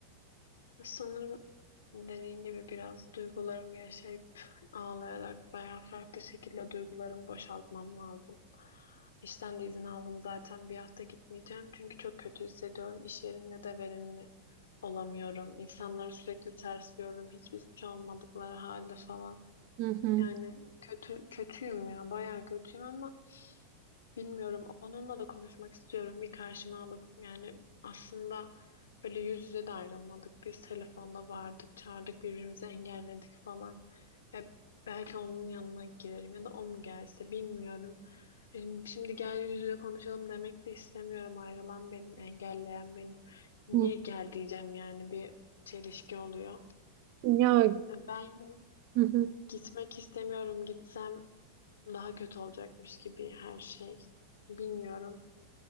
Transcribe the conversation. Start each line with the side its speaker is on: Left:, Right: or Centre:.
Left: Sanırım dediğin gibi biraz duygularımı yaşayıp ağlayarak veya farklı şekilde duygularımı boşaltmam lazım. İşten de izin aldım zaten bir hafta gitmeyeceğim çünkü çok kötü hissediyorum. İş yerinde de verimli olamıyorum. İnsanları sürekli tersliyorum. Hiçbir suç olmadıkları halde falan.
Right: Hı hı.
Left: Yani kötü kötüyüm ya bayağı kötüyüm ama Bilmiyorum. Onunla da konuşmak istiyorum. Bir karşıma alıp yani aslında böyle yüz yüze de ayrılmadık. Biz telefonda vardık, çağırdık, birbirimizi engelledik falan. Ya belki onun yanına giderim ya da o mu gelse bilmiyorum. Şimdi şimdi gel yüz yüze konuşalım demek de istemiyorum. Ayrılan benim, engelleyen benim. Niye
Right: Hı.
Left: gel diyeceğim yani bir çelişki oluyor.
Right: Ya
Left: E, Ben
Right: hı hı.
Left: gitmek istemiyorum. Gitsem daha kötü olacakmış gibi her şey. Bilmiyorum.